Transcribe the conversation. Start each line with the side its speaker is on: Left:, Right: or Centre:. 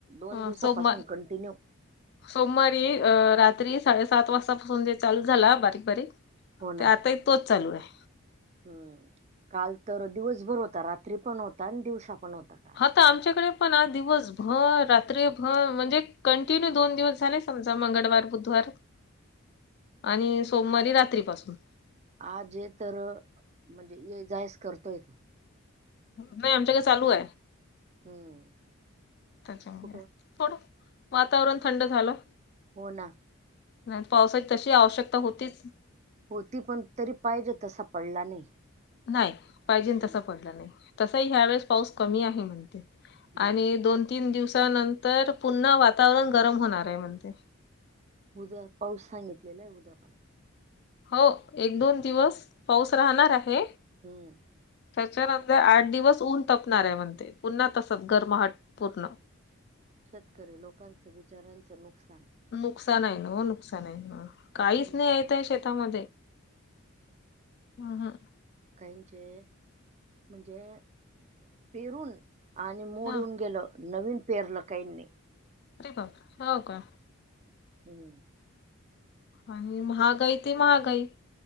Right: दोन
Left: अ,
Right: दिवसापासून
Left: सोमवार
Right: कंटिन्यू
Left: सोमवारी अ रात्री साडे सात वाजता फोन जे चालू झाला बारीक बारीक
Right: हो ना
Left: ते आताही तोच चालू हाय.
Right: हम्म, काल तर दिवसभर होता. रात्री पण होता आणि दिवसा पण होता काल.
Left: आता आमच्याकड पण आज दिवस भर रात्रीभर म्हणजे कंटिन्यू दोन दिवस झाले समजा मंगळवार बुधवार
Right: <inaudible>
Left: आणि सोमवारी रात्रीपासून.
Right: आज जे सरळ म्हणजे ये जायस करतोय
Left: नाही आमच्याकडे चालू हाय,
Right: हम्म
Left: त्याच्यामुळे.
Right: कुठं
Left: थोडं वातावरण थंड झालं.
Right: हो ना
Left: नाही पावसाची तशी आवश्यकता होतीच.
Right: होती पण तरी पाहिजे तसा पडला नाही.
Left: नाही. पाहिजे
Right: हम्म
Left: तसा पडला नाही. तसही ह्या वेळेस पाऊस कमी आहे म्हणते.
Right: बरोबर
Left: आणि दोन तीन दिवसानंतर पुन्हा वातावरण गरम होणार हाय म्हणतय.
Right: उद्या पाऊस सांगितलेला आहे. उद्या पण.
Left: होव एक दोन दिवस पाऊस राहणार आहे.
Right: हम्म.
Left: त्याच्यानंतर आठ दिवस ऊन तपणार हाय म्हणतय. पुन्हा तसच गरमाहट पूर्ण.
Right: शेतकरी लोकांचं बिच्याऱ्यांच नुकसान.
Left: नुकसान आहे न व नुकसान आहे नव्ह. काहीच
Right: लय नुक
Left: नाही येतय शेतामध्ये. आहं.
Right: काहिंचे म्हणजे पेरून आणि मोड
Left: हा
Right: येऊन गेलं. नवीन पेरलं काहिंनी.
Left: आरे बापरे! होव का?
Right: हम्म.
Left: आणि महागाई ती महागाई.